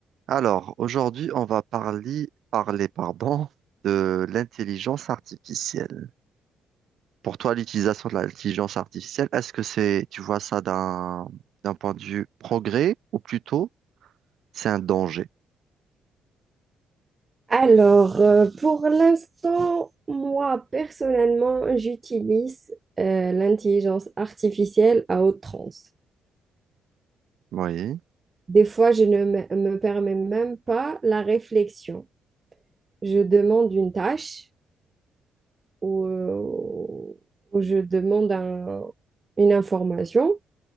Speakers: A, on the right (about 70°); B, on the right (about 30°).
A: Alors, aujourd'hui, on va parler, parler, pardon, de l'intelligence artificielle. Pour toi, l'utilisation de l'intelligence artificielle, est-ce que c'est, tu vois ça d'un d'un point de vue progrès ou plutôt c'est un danger?
B: Alors, euh, pour l'instant, moi, personnellement, j'utilise euh, l'intelligence artificielle à outrance.
A: Oui.
B: Des fois, je ne me, me permets même pas la réflexion. Je demande une tâche ou, euh, ou je demande un- une information